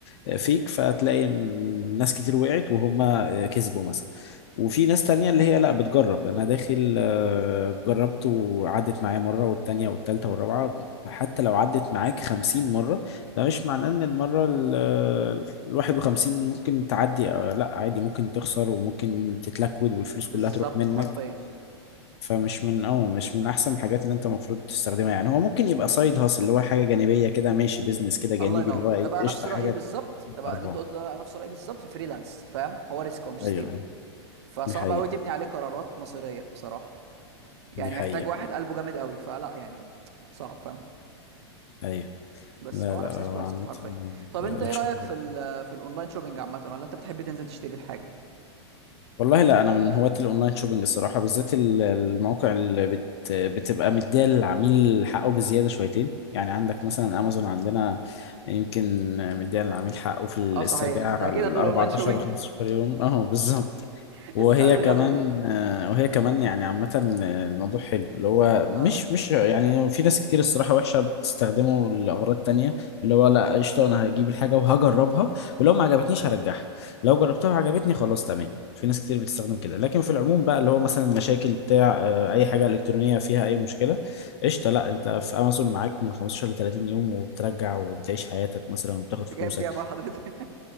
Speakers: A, on the left (about 65°); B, on the right (about 70°).
A: آه، فيك فتلاقي م- ناس كتير وقعت وهم آه، كسبوا مثلا وفي ناس تانية اللي هي لا بتجرب انا داخل آه، جربت وعدت معايا مرة والتانية والتالتة والرابعة حتى لو عدت معاك خمسين مرة ده مش معناه ان المرة ال- آه، الواحد وخمسين ممكن تعدي آه، لا عادي ممكن تخسر وممكن تتلكود والفلوس
B: بالظبط
A: كلها تروح منك
B: حرفيا
A: بالظبط فمش من اه مش من احسن الحاجات اللي انت المفروض تستخدمها يعني هو ممكن يبقى سايد هاسل اللي هو حاجه جانبيه كده ماشي بيزنس كده جانبي
B: الله ينور
A: اللي هو هو ايه
B: ده بقى نفس
A: قشطه
B: رايي
A: بالظبط حاجه
B: بالظبط
A: تجيب
B: ده بقى
A: ارباح
B: اللي انت قلته ده بقى نفس رايي بالظبط في الفريلانس فاهم هو ريسك هو مش
A: ايوه
B: ستيبل
A: ايوه
B: فصعب
A: دي حقيقه
B: قوي تبني عليه قرارات مصيريه بصراحه يعني
A: دي حقيقه
B: محتاج واحد قلبه جامد قوي فلا يعني صعب فاهم
A: ايوه
B: بس
A: لا
B: فهو
A: لا
B: نفس
A: هو
B: الكونسبت
A: عامه
B: حرفيا طب
A: آه،
B: انت
A: الشغل
B: ايه رايك في ال في الاونلاين شوبينج عامه ولا انت بتحب تنزل تشتري الحاجه
A: والله لا انا من هواة الاونلاين شوبينج الصراحه بالذات ال- المواقع اللي بت بتبقى مديه للعميل حقه بزياده شويتين يعني عندك مثلا امازون عندنا يمكن مديه للعميل حقه في الاسترجاع
B: اه صحيح انت
A: ال
B: اكيد هتقول
A: كده 14
B: اونلاين شوبينج
A: طبعا
B: <laughs>
A: و15 يوم اهو بالظبط
B: ايه
A: وهي
B: السؤال الغبي
A: كمان
B: ده
A: آه، وهي كمان يعني عامة الموضوع حلو اللي هو مش
B: اه
A: مش يعني في ناس كتير الصراحة وحشة بتستخدمه لأغراض تانية اللي هو لا قشطة أنا هجيب الحاجة وهجربها ولو ما عجبتنيش هرجعها لو جربتها وعجبتني خلاص تمام في ناس كتير بتستخدم كده لكن في العموم بقى اللي هو مثلا المشاكل بتاع آه، أي حاجة إلكترونية فيها أي مشكلة قشطة لا أنت في أمازون معاك من 15 ل 30 يوم وبترجع وبتعيش حياتك مثلا وبتاخد
B: انت
A: فلوسك
B: جايب بيها بقى حضرتك